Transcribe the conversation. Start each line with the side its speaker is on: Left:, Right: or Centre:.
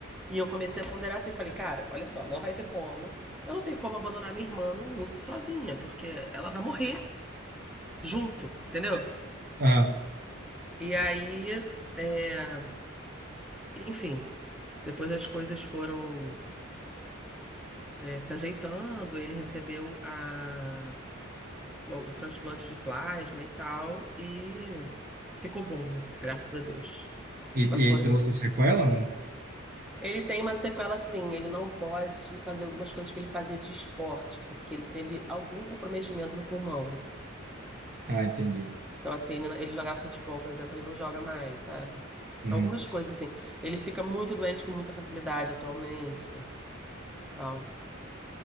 Centre: E eu comecei a ponderar assim, falei, cara, olha só, não vai ter como. Eu não tenho como abandonar minha irmã no luto sozinha, porque ela vai morrer junto, entendeu?
Right: Ah,
Centre: E aí, é, enfim, depois as coisas foram é, se ajeitando, ele recebeu a o, o transplante de plasma e tal, e ficou bom, né? Graças a Deus.
Right: e,
Centre: Mas foi.
Right: e trouxe sequela? Não.
Centre: Ele tem uma sequela sim, ele não pode fazer algumas coisas que ele fazia de esporte, porque ele teve algum comprometimento do pulmão.
Right: Ah, entendi.
Centre: Então, assim, ele, ele jogava futebol, por exemplo, ele não joga mais, sabe?
Right: Uhum.
Centre: Algumas coisas assim. Ele fica muito doente com muita facilidade atualmente, tal.